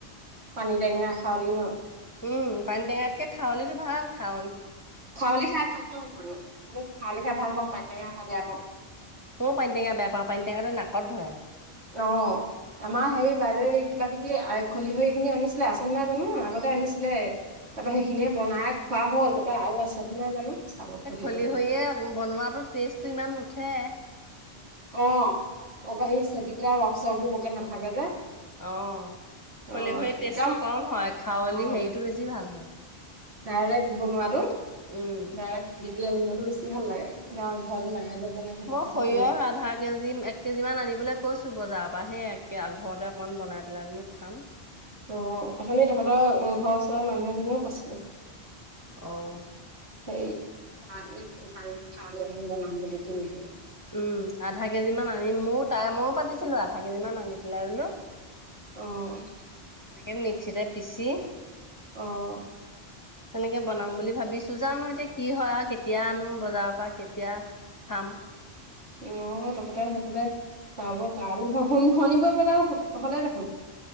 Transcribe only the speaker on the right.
পানী টেঙা খাৰলি ন?
খাৱলি খাই ভাল পাওঁ মও মোক খাৱলি খাই ভাল পাওঁ পানী দঙা খ খা বেয়া পাওঁ।
আহ। আমাৰ সেই বাৰে কিবা কিবি খলি হৈ খিনি আনিছিলে আচান নাই জানো আগতে আনিছিলে তাৰ পৰাৰা সেইখিনিয়ে বনাই খোৱা হল তাৰ পৰাৰা আৰু আছে নো নাই জানো। চাব সুধিব
লাগিব।
অ অক সেই চেপি পেলাই ৰস চস বোৰ বকে নাথাকে যে।
অ',
একদম
অ',
ডাইৰেক্ট বনোৱাতটো
ডাইৰেক্ট খুন্দিব। পা বনাতো বেছি ভাল লাগে গাঁৱ ঘৰত মায়ে। বনাই সেইটো
বেছি
ভাল লাগে।
অ অথনিনি তহঁতৰ ঘৰৰওৰৰ মানুহ এজনীও কৈছিলে।
সেই খ পানী খউলি এখন বনাম বুলি কিনি আনি
অহ ',
অ',
অ, তহঁতেৰ সেইফালে পাব পাৰি নহয় শুনি - শুনিব পেলাই হলে দেখোন।